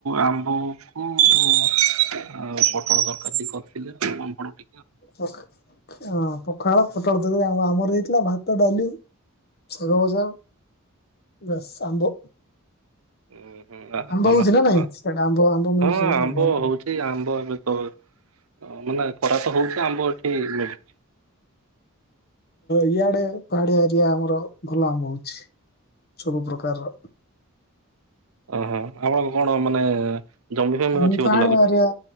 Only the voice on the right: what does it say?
ଆମ୍ବ କୁ ଆଉ ପୋ ଫଳ ତରକାର ଟିକ କରିଥିଲେ ଆ ପାମ୍ପଡ ଟିକେ।
ଉ ହ
ଭଲ
ହଁ
ଆମ୍ବ
ହଉଛି ଆମ୍ବ ଏବେ ତ ଓ ମାନେ ଖରା ତ ହଉଛି ଆମ୍ବ ଏଠି ମିଳେ।
ଓହୋ ଆପଣଙ୍କ କଣ ମାନେ ଜମି ଫମି
ଅଛି
ବୋଧେ ଲାଗୁଛି।